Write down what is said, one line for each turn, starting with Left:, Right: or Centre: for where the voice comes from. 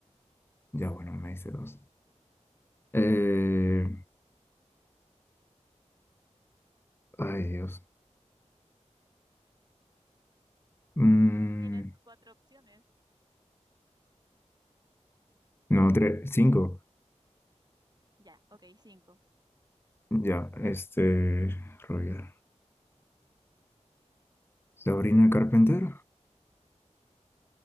Left: Ya, bueno, me diste dos. Eh, ay, Dios. Mm,
Right: Tienes cuatro opciones.
Left: no, tres, cinco.
Right: Ya, ok, cinco.
Left: Ya, este, Roger. Sabrina Carpenter